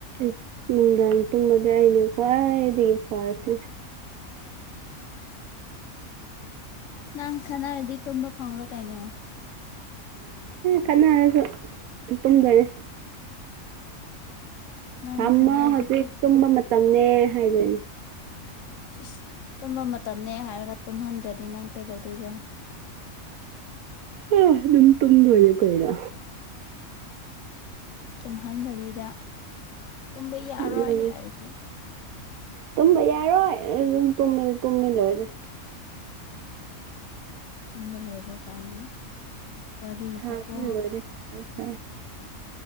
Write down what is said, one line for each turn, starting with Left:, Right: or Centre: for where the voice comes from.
Right: ꯏꯁ ꯅꯨꯡꯗꯥꯡ ꯇꯨꯝꯕꯗ ꯑꯩꯅ ꯈ꯭ꯋꯥꯏꯗꯒꯤ ꯐꯔ꯭ꯁꯅꯦ
Left: ꯅꯪ ꯈꯠꯅꯔꯗꯤ ꯇꯨꯝꯕ ꯐꯪꯂꯣꯏ ꯀꯩꯅꯣ
Right: ꯀꯅꯥꯔꯁꯨ ꯇꯨꯝꯗꯣꯏꯅꯦ
Left: ꯅꯪ
Right: ꯊꯝꯃꯣ
Left: ꯈꯟꯅꯔꯗꯤ
Right: ꯍꯧꯖꯤꯛ
Left: ꯇꯨꯝ
Right: ꯇꯨꯝꯕ ꯃꯇꯝꯅꯦ ꯍꯥꯏꯗꯣꯏꯅꯦ
Left: ꯁꯤ ꯏꯁ ꯇꯨꯝꯕ ꯃꯇꯝꯅꯦ ꯍꯥꯏꯔꯒ ꯇꯨꯝꯍꯟꯗ꯭ꯔꯗꯤ ꯅꯪ ꯀꯩꯗꯧꯗꯣꯏꯕ
Right: ꯑ ꯑꯗꯨꯝ ꯇꯝꯗꯣꯏꯅꯦ ꯀꯩꯅꯣ
Left: ꯇꯨꯝꯍꯟꯗꯕꯤꯗ ꯇꯨꯝꯕ ꯌꯥꯔꯣꯏ
Right: ꯎꯝ
Left: ꯍꯥꯏꯔꯗꯤ
Right: ꯇꯨꯝꯕ ꯌꯥꯔꯣꯏ ꯑꯗꯨꯝ ꯇꯨꯝꯃꯦ ꯇꯨꯝꯃꯣ ꯂꯣꯏꯔꯦ
Left: ꯇꯕꯥ ꯂꯧꯏꯔꯦ ꯀꯥꯏꯅ ꯋꯥꯔꯤꯗꯤꯀꯣ
Right: ꯁꯥꯕꯅ ꯂꯣꯏꯔꯦ ꯁꯥꯏ ꯁꯥꯏ